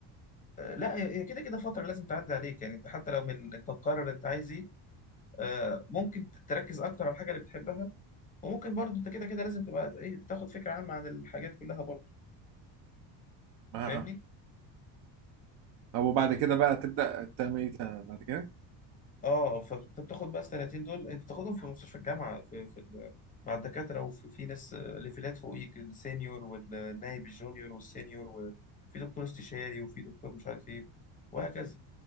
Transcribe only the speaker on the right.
آه.
او
بعد
كده بقى تبدا تعمل ايه تا- بعد كده